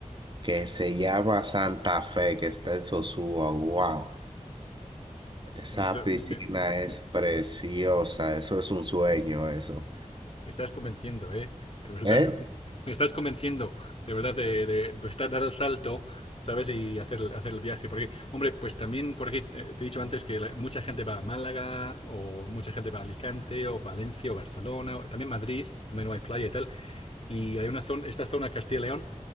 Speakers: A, on the right; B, on the left.
A: que se llama Santa Fe, que está en Sosúa. Wow, esa
B: Me estoy-
A: piscina
B: me-
A: es preciosa, eso es un sueño, eso.
B: Me estás convenciendo, ¿eh? De verdad.
A: ¿Eh?
B: <laughs> Me estás convenciendo, de verdad, de, de estar, dar dar el salto, ¿sabes? Y hacer, el- hacer el viaje. Porque, hombre, pues también, porque te, te he dicho antes que la- mucha gente va a Málaga, o mucha gente va a Alicante, o Valencia, o Barcelona, o también Madrid, donde no hay playa y tal. Y hay una zona, esta zona Castilla y León,